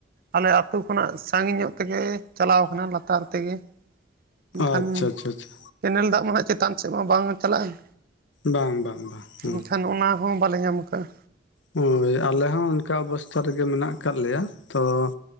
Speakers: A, on the right; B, on the left.
A: ᱟᱞᱮ ᱟᱛᱳ ᱠᱷᱚᱱᱟᱜ ᱥᱟᱺᱜᱤᱧ ᱧᱚᱜ ᱛᱮᱜᱮ ᱼᱼ ᱪᱟᱞᱟᱣ ᱠᱟᱱᱟ ᱞᱟᱛᱟᱨ ᱛᱮᱜᱮ᱾ ᱮᱱᱠᱷᱟᱱ
B: ᱟᱪᱪᱷᱟ ᱟᱪᱪᱷᱟ
A: ᱼᱼ
B: ᱟᱪᱪᱷᱟ
A: ᱠᱮᱱᱮᱞ ᱫᱟᱜ ᱢᱟ ᱦᱟᱸᱜ ᱪᱮᱛᱟᱱ ᱥᱮᱫ ᱢᱟ ᱵᱟᱝ ᱪᱟᱞᱟᱜᱼᱟ᱾
B: ᱵᱟᱝ ᱵᱟᱝ ᱵᱟᱝ ᱦᱩᱸ
A: ᱮᱱᱠᱷᱟᱱ ᱚᱱ ᱼᱼ ᱦᱚᱸ ᱵᱟᱞᱮ ᱧᱟᱢ ᱟᱠᱟᱜᱼᱟ᱾
B: ᱦᱳᱭ, ᱟᱞᱮ ᱦᱚᱸ ᱚᱱᱠᱟ ᱚᱵᱚᱥᱛᱷᱟ ᱨᱮᱜᱮ ᱢᱮᱱᱟᱜ ᱟᱠᱟᱫ ᱞᱮᱭᱟ᱾ ᱛᱚ ᱼᱼ